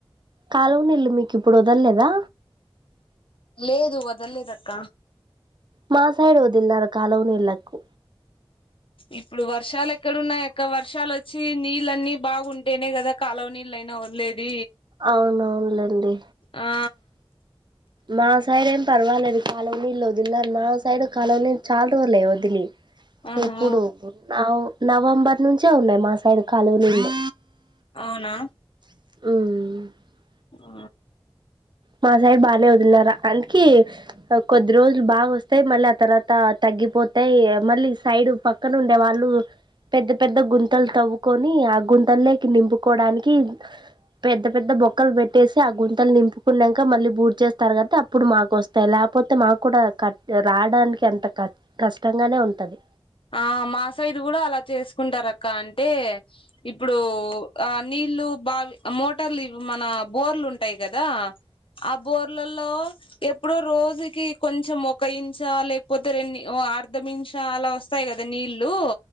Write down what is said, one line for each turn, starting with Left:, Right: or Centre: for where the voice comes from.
Right: కాలువ నీల్లు మీక్ ఇప్పుడు వదల్లేదా
Left: లేదు వదల్లేదక్క
Right: మా సైడ్ వదిలినారు కాలువ నీళ్ళకు
Left: ఇప్పుడు వర్షాలు ఎక్కడున్నాయ్ అక్క వర్షాలు వచ్చి నీళ్ళన్ని బాగుంటేనే కదా కాలవ నీళ్ళయినా వలేద్
Right: అవునవునులేండి
Left: ఆ
Right: మా సైడ్ ఏం పర్వాలేద్ కాలనీలు వదిలి మా సైడ్ కాలనీ చాలా రూలే వదిలి
Left: ఆహా
Right: ఎప్పుడు నవ నవంబర్ నుంచే ఉన్నాయ్ మా సైడ్ కాలువ నీళ్లు
Left: అవునా
Right: మ్
Left: ఆ
Right: మా సైడ్ బాగనే వదిన్నారా అందుక కొద్ది రోజులు బాగా వస్తాయి మళ్ళీ ఆ తర్వాత తగ్ తగ్గిపోతాయ్ మళ్ళీ సైడ్ పక్కన ఉండే వాళ్ళు పెద్ద పెద్ద గుంతలు తవ్వుకొనీ ఆ గుంత లేకి నింపుకోవడానికి పెద్ద పెద్ద బొక్కలు పెట్టేసి ఆ గుంతల్ నింపు ఉన్నంక మళ్ళీ బూర్ చేస్తారు కదట్టి అప్పుడు మాకు ఒస్తాయ్ లేకపోతే మాక్ కూడ క రావడానికి ఎంత క కష్టంగానే ఉంటది
Left: ఆ మా సైడ్ కూడా అలా చేసుకుంటార్ అక్క అంటే ఇప్పుడూ ఆ నీ ఇల్లు బావ్ మోటార్లు మన బోర్లు ఉంటాయి కదా ఆ బోర్లల్లో ఎప్పుడూ రోజు కి కొంచెం ఒక ఇంచా లేకపోతే రెం అర్ధ ఇంచ అలా వస్తాయ్ కదా నీళ్లు